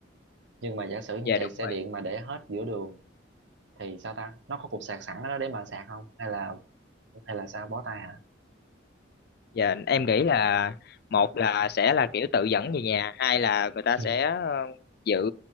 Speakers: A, on the right; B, on the left.
A: nhưng mà giả sử như
B: dạ
A: chạy
B: đúng
A: xe
B: rồi
A: điện mà để hết giữa đường thì sao ta nó có cục sạc sẵn ở đó để mà sạc không hay là hay là sao bó tay hả
B: dạ em nghĩ là một là sẽ là kiểu tự dẫn về nhà hai là người ta
A: <laughs>
B: sẽ ờ, dự